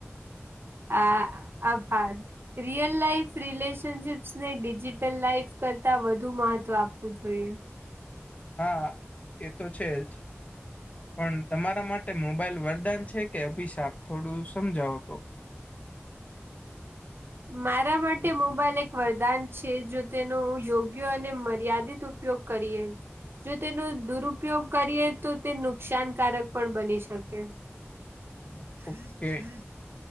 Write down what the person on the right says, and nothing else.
આ આભાર, રિયલ લાાઈફ રિલેશનશીપ્સને ડિજીિટલ લાઈફ કરતા વધુ મહત્વ આપવું જોઈએ,
માટે મોબાઈલ એક વરદાન જો તેનો યોગ્ય અને મર્યાદિત ઉ ઉપયોગ કરીએ, જો તેનો દુરુપયોગ કરીએ તો નુકસાનકારક પણ બની શકે,
હ હ
<inaudible>